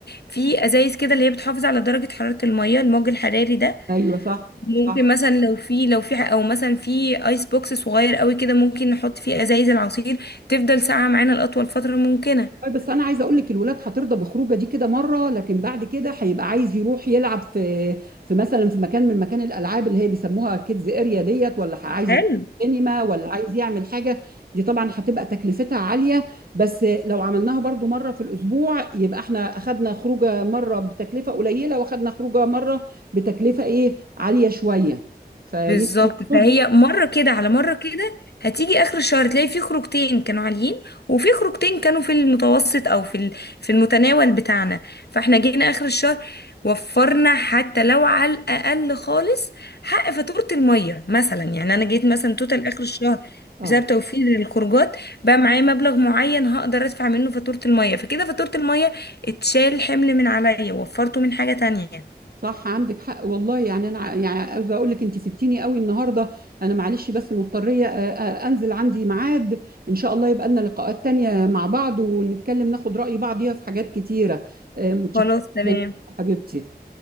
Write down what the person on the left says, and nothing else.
في ازايز كده اللي هي بتحافظ على درجه حراره الميه الموج الحراري ده
ممكن
مثلا لو في لو في او مثلا في ايس بوكس صغير قوي كده ممكن نحط فيه ازايز العصير تفضل ساقعه معانا لاطول فتره ممكنه
حلو
بالظبط فهي
مرة كده على مرة كده هتيجي آخر الشهر تلاقي في خروجتين كانوا عاليين وفي خروجتين كانوا في المتوسط أو في ال- في المتناول بتاعنا فاحنا جينا آخر الشهر وفرنا حتى لو على الأقل خالص حق فاتورة المية مثلا يعني أنا جيت مثلا توتال آخر الشهر
بسبب توفير الخروجات بقى معايا مبلغ معين هقدر أدفع منه فاتورة المية فكده فاتورة المية اتشال حمل من عليا وفرته من حاجة تانية
خلاص تمام